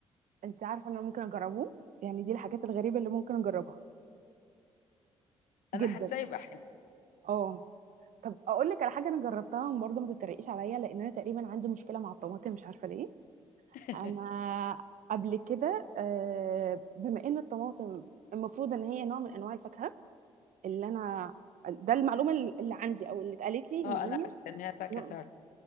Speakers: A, on the right (about 65°); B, on the left (about 70°).
A: انت عارفه ان انا ممكن اجربه يعني دي الحاجات الغريبه اللي ممكن اجربها جدا
B: انا حاساه يبقى حلو
A: اه طب اقول لك على حاجه انا جربتها برضه ما تتريقيش عليا لان انا تقريبا عندي مشكله مع الطماطم مش عارفه ليه
B: <laughs>
A: انا قبل كده آه، بما ان الطماطم المفروض ان هي نوع من انواع الفاكهه اللي انا ده المعلومه اللي عندي او اللي اتقالت لي ان
B: اه
A: هي
B: انا عارفه انها فاكهه
A: نوع-
B: فعلا